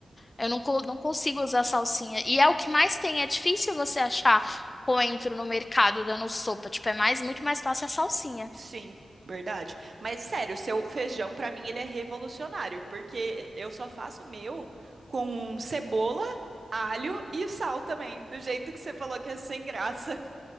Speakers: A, on the left (about 30°); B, on the right (about 55°).
A: Eu não, co- não consigo usar salsinha. E é o que mais tem. É difícil você achar coentro no mercado dando sopa. Tipo, é mais, muito mais fácil a salsinha.
B: Sim, verdade. Mas sério, seu feijão pra mim ele é revolucionário, porque eu só faço o meu com cebola, alho e sal também, do jeito que você falou que é sem graça.